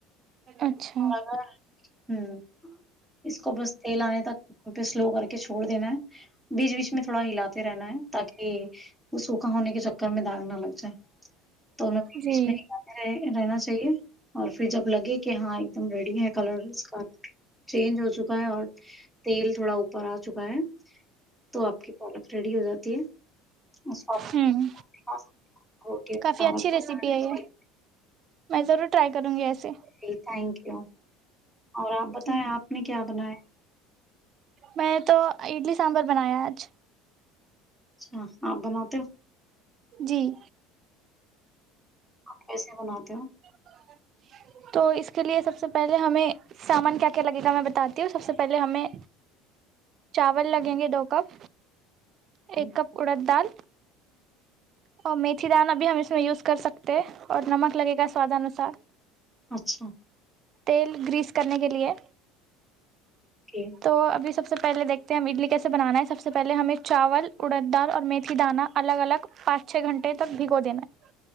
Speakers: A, on the right; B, in the centre.
A: اچھا
B: اور ہوں اس کو بس تیل آنے تک پہ سلو کر کے چھوڑ دینا ہے بیچ بیچ میں تھوڑا ہلات ے رہنا ہے تاکہ وہ سوکھا ہونے کے چکر میں داغ نہ لگ جائے تو انوں بیچ
A: جی
B: بیچ میں ہلاتے رہ رہنا چاہیے اور پھر جب لگے کہ ہاں ایک دم ریڈی ہے کلر اس کا چینج ہو چکا ہے اور تیل تھوڑا اوپر آ چکا ہے تو آپ کی پالک ریڈی ہو جاتی ہے <inaudible>
A: ہوں کافی اچھی ریسیپی ہے یہ میں ضرور ٹرائی کروں گی ایسے
B: جی تھینک یو اور آپ بتائیں
A: جی
B: آپ نے کیا بنایا
A: میں تو اڈلی سانبر بنایا آج
B: اچھا آپ بناتے ہو
A: جی
B: آپ کیسے بناتے ہو
A: ا <inaudible> تو اس کے لیے سب سے پہلے ہمیں سامان کیا کیا لگے گا میں بتاتی ہوں سب سے پہلے ہمیں چاول لگیں گے دو کپ ایک
B: ہم،
A: کپ اڑد دال اور میتھی دانا بھی ہم اس میں یوز کر سکتے اور نمک لگے گا سوادانوسار
B: اچھا
A: تیل گریس کرنے کے لیے
B: اوکے
A: تو ابھی سب سے پہلے دیکھتے ہیں ہم اڈلی کیسے بنانا ہے سب سے پہلے ہمیں چاول اڑد دال اور میتھی دانہ الگ الگ پانچ چھ گھنٹے تک بھگو دینا ہے